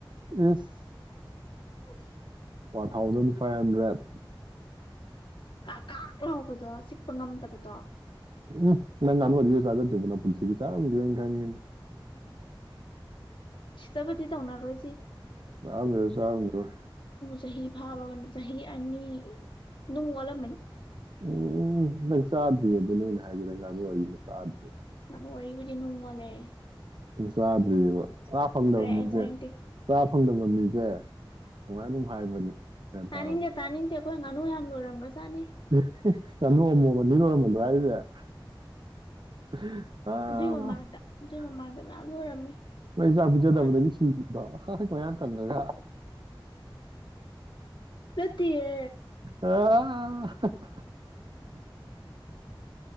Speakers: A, on the right; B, on the left.
A: ꯑꯁ
B: <unintelligible>
A: ꯋꯥꯟ ꯊꯥꯎꯖꯟ ꯐꯥꯏꯚ ꯍꯟꯗ꯭ꯔꯦꯠ
B: ꯀꯥꯀꯥꯛ ꯎ ꯍꯥꯎꯕꯗꯣ ꯆꯤꯛꯄ ꯉꯝꯗꯕꯗꯣ
A: ꯎꯝ ꯅꯪ ꯉꯥꯅꯨ ꯑꯔꯤꯔꯛ ꯆꯥꯖꯗꯔꯤꯕꯣ ꯅꯪꯕꯣ ꯄꯨꯟꯁꯤꯒꯤ ꯆꯥꯔꯝꯈꯤꯔꯣꯏ ꯈꯪꯉꯦ
B: ꯁꯤꯠꯇꯥꯕꯗꯤ ꯇꯧꯅ ꯔꯣꯏꯁꯤ
A: ꯆꯥꯔꯝꯒꯤꯔꯣꯏ ꯆꯥꯔꯝꯒꯤꯔꯣꯏ
B: ꯆꯍꯤ ꯐꯥꯕꯅ ꯆꯍꯤ ꯑꯅꯤ ꯅꯨꯡ ꯑꯣꯜꯂꯝꯃꯅꯤ
A: ꯎꯝ ꯅꯪ ꯆꯥꯗ꯭ꯔꯤꯌꯦ ꯑꯗꯨꯅꯦ ꯑꯩꯅ ꯍꯥꯏꯗꯣ ꯅꯪ ꯉꯥꯅꯨ ꯑꯔꯤꯕ ꯆꯥꯗ꯭ꯔꯤ
B: ꯑꯣꯏꯕꯨꯗꯤ ꯅꯣꯡ ꯑꯣꯟꯂꯦ
A: ꯆꯥꯗ꯭ꯔꯤꯕ ꯆꯥꯐꯪꯗꯕꯅꯤꯁꯦ
B: ꯑꯩ ꯆꯥꯅꯤꯡꯗꯦ
A: ꯆꯥ ꯐꯪꯗꯕ ꯃꯤꯁꯦ ꯁꯨꯃꯥꯏꯅ ꯑꯗꯨꯝ ꯍꯥꯏꯕꯅꯤ ꯒ꯭ꯌꯥꯟ
B: ꯇꯥꯅꯤꯡꯗꯦ
A: ꯇꯥꯔꯕ
B: ꯇꯥꯅꯤꯡꯗꯦ ꯑꯩꯈꯣꯏ ꯉꯥꯅꯨ ꯌꯥꯝ ꯂꯣꯏꯔꯝꯒ꯭ꯔꯖꯥꯅꯤ
A: <unintelligible> <unintelligible>
B: ꯑꯗꯨꯏ ꯃꯃꯥꯡꯗ ꯑꯗꯨꯏ ꯃꯃꯥꯡꯗ ꯃꯌꯥꯝ ꯂꯣꯏꯔꯝꯃꯦ
A: ꯅꯣꯏ ꯆꯥꯛ
B: ꯑꯩꯈꯣꯏ
A: ꯄꯤꯖꯗꯕꯗꯒꯤ
B: ꯃꯥꯅ
A: ꯁꯤꯈꯤꯕꯗꯣ ꯍ ꯃꯌꯥꯡ ꯀꯪꯉꯒ
B: ꯅꯠꯇꯤꯌꯦ
A: <unintelligible>